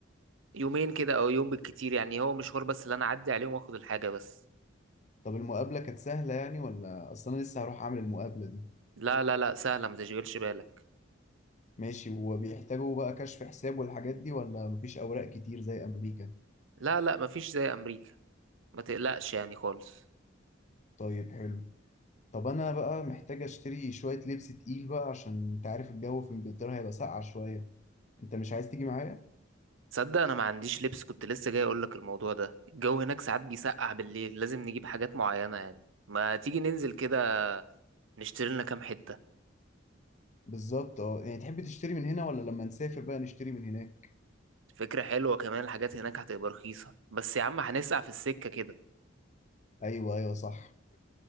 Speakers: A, on the right; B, on the left.
A: يومين كده او يوم بالكتير يعني هو مشوار بس اللي انا اعدي عليهم واخد الحاجه بس
B: طب المقابله كانت سهله يعني ولا اصل انا لسه هروح اعمل المقابله دي
A: لا لا لا سهله ما تشغلش بالك
B: ماشي وبيحتاجوا بقى كشف حساب والحاجات دي ولا مفيش اوراق كتير زي امريكا
A: لا لا مفيش زي امريكا ما تقلقش يعني خالص
B: طيب حلو طب انا بقى محتاج اشتري شوية لبس تقيل بقى عشان انت عارف الجو في انجلترا هيبقى ساقعة شوية انت مش عايز تيجي معايا
A: تصدق انا ما عنديش لبس كنت لسه جاي اقول لك الموضوع ده الجو هناك ساعات بيسقع بالليل لازم نجيب حاجات معينه يعني ما تيجي ننزل كده نشتري لنا كام حته
B: بالظبط اه يعني تحب تشتري من هنا ولا لما نسافر بقى نشتري من هناك
A: فكرة حلوة كمان الحاجات هناك هتبقى رخيصة بس يا عم هنسقع في السكة كده
B: ايوه ايوه صح